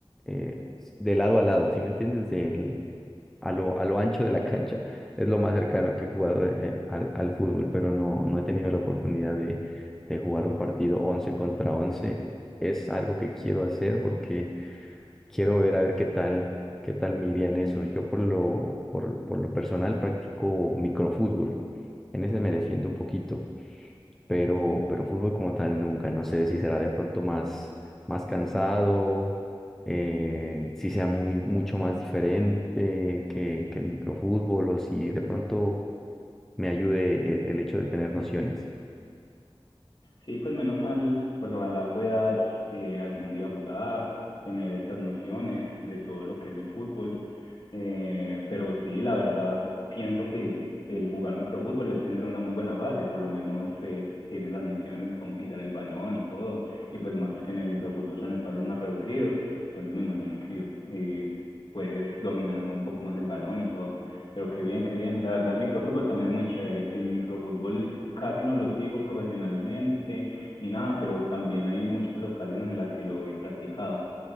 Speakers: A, in the centre; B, on the left (about 55°).
A: eh, de lado a lado, ¿sí me entiendes? Del, a lo, a lo ancho de la cancha. Es lo más cercano que he jugado eh, al, al fútbol, pero no, no he tenido la oportunidad de, de jugar un partido 11 contra once Es algo que quiero hacer porque quiero ver a ver qué tal, qué tal me iría en eso. Yo por lo, por, por lo personal practico microfútbol. En ese me defiendo un poquito pero, pero fútbol como tal nunca. No sé si será de pronto más, más cansado, eh, si sea muy, mucho más diferente que, que el microfútbol o si de pronto me ayude el, el hecho de tener nociones.
B: Sí, pues menos mal, pues ojalá puedas eh, algún día jugar, tener estas nociones de todo lo que es el fútbol Eh, pero sí, la verdad, pienso que el jugar microfútbol es tener una muy buena base, por lo menos eh, tienes las nociones de cómo pisar el balón y todo, y pues más que en el microfútbol son espacios más reducidos, entonces me imagino que eh, puedes dominar un poco más el balón y todo. Pero qué bien, qué bien. La verdad, el microfútbol también es muy chévere. El microfútbol casi no lo sigo profesionalmente ni nada, pero también hay muchas ocasiones en las que lo he practicado.